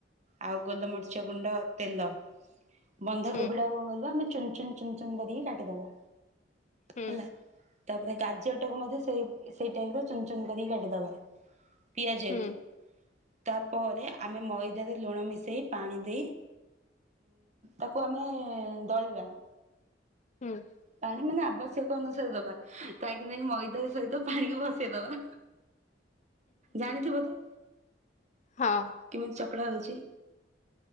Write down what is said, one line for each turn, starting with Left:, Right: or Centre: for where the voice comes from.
Right: ଆଉ ଗୋଲମରିଚ ଗୁଣ୍ଡ, ତେଲ ବନ୍ଧାକୋବି
Left: ହୁଁ
Right: ଟାକୁ କଣ କରିବା ଆମେ ଚୁନ୍ ଚୁନ ଚୁନ ଚୁନ କରିକି କାଟିଦବା
Left: ହୁଁ
Right: ହେଲା। ତାପରେ ଗାଜରଟାକୁ ମଧ୍ୟ ସେ ସେଇ ଟାଇପର ଚୁନ ଚୁନ କରିକି କାଟିଦବା। ପିଆଜ
Left: ହୁଁ
Right: ବି ତାପରେ ଆମେ ମଇ ଦାରେ ଲୁଣ ମିଶେଇ ପାଣି ଦେଇ ତାକୁ ଆମେ ଦଳିବା।
Left: ହୁଁ।
Right: ପାଣି ମାନେ ଆବଶ୍ୟକ ଅନୁସାରେ ଦବା। <unintelligible> ନାଇଁ ମଇଦା ସହିତ ପାଣିିକି ଭସେଇଦେବା। ଜାଣିଥିବ ତ।
Left: ହଁ।
Right: କେମିତି ଚକଡ଼ା ହେଉଛି।